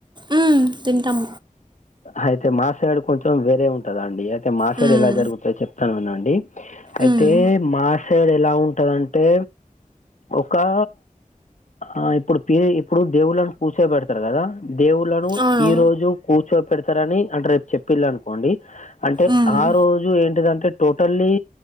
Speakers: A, on the right; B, on the left.
A: ఉమ్ తిన్టం
B: హయితే మా సైడు కొంచెం వేరే ఉంటదండి అయితే మాసైడు
A: మ్మ్.
B: ఎలా జరుగుతద్ చెప్ అవునండి అయితే
A: మ్మ్.
B: మాసైడ్ ఎలా ఉంటదంటే ఒకా ఆ ఇప్పుడు పీరి ఇప్పుడు దేవుళ్లను కూసో బెడతరు గదా దేవుళ్లను
A: అవును
B: ఈ రోజు కూచో పెడతరని అంటే రేపు చెప్పిల్ళనుకోండి అంటే
A: మ్మ్.
B: ఆ రోజు ఏంటిదంటే టోటల్లీ